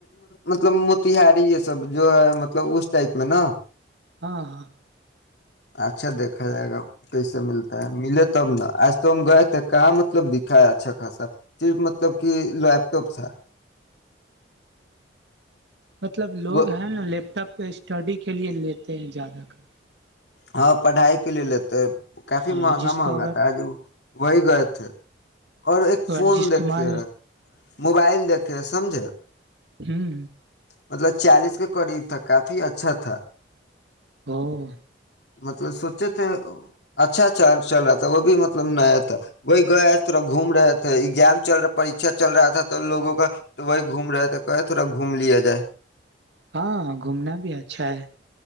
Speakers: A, on the left; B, on the right.
A: مطلب موتییہاری یہ سب جو ہے مطلب اس ٹائپ میں نا
B: ہاں ہاں
A: اچھا دیکھا ا جائے گا کیسے ملتا ہے ملے تو تب نا آج تو ہم گئے تھے کہاں مطلب دکھا ہے اچھا خاصا صرف مطلب کہ لیپ ٹاپ تھا
B: مطلب لوگ
A: وہ
B: ہیں نا لیپٹاپ پہ اسٹڈی کے لیے لیتے ہیں زیادہ کر کے
A: ہاں پڑھائی کے لیے ہےتے ہے کیفی
B: ہاں
A: مہنگا
B: جس
A: مہنگا
B: کو اگر
A: تھا آج وہ وہی گئے تھے اور ایک
B: اگر
A: فون
B: جس
A: دیکھےا
B: کو مان
A: موبائل دیکھ کے سمجھیں
B: ہوں
A: مطلب چالیس کے قریب تھا کافی اچھا تھا
B: ہاں
A: مطلب سوچے تھے اچھا چل رہا تھا وہ بھی مطلب نہیںیا تھا وہی گئے آئے تھوڑا گھوم رہے تھے ایگزام چل رہا پریچھا چل رہا تھا تو لوگوں کا تو وہی گھوم رہے تھے کہے تھوڑا گھوم لیا جائے
B: ہاں گھومنا بھی اچھا ہے